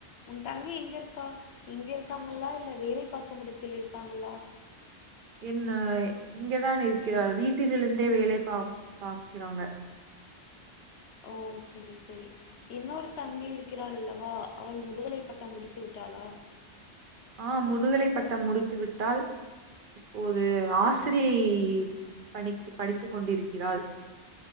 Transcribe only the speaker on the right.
என்ன இங்கதான் இருக்கிறாள் வீட்டிலிருந்தே வேலை பா பாக்கிறாங்க
ஆஹ் முதுகலை பட்டம் முடித்து விட்டால் இப்போது ஆசிரியை பனிக்கு படித்துக் கொண்டிருக்கிறாள்